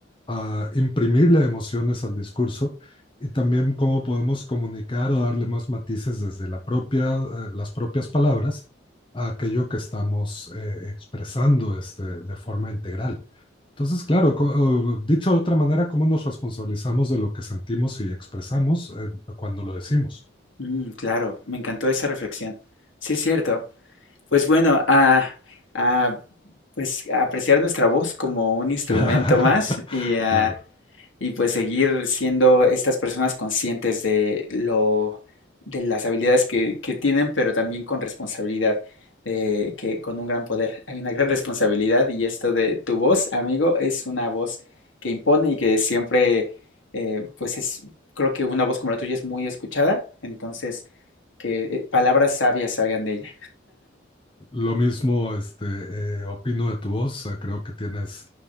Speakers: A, on the left; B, on the left.
A: ah, imprimirle emociones al discurso y también cómo podemos comunicar o darle más matices desde la propia, eh, las propias palabras a aquello que estamos eh, expresando este, de forma integral. Entonces, claro,
B: Mm,
A: co- o dicho de otra manera, ¿cómo nos responsabilizamos de lo que sentimos y expresamos eh, cuando lo decimos?
B: mm, claro, me encantó esa reflexión. Sí, es cierto. Pues bueno, a, a, pues a apreciar nuestra voz como un instrumento
A: <laughs>
B: más y, a,
A: Claro,
B: y pues seguir siendo estas personas conscientes de lo, de las habilidades que, que tienen, pero también con responsabilidad, eh, que con un gran poder hay una gran responsabilidad y esto de tu voz, amigo, es una voz que impone y que siempre, eh, pues es, creo que una voz como la tuya es muy escuchada, entonces que eh, palabras sabias salgan de ella.
A: lo mismo este, eh, opino de tu voz, eh, creo que tienes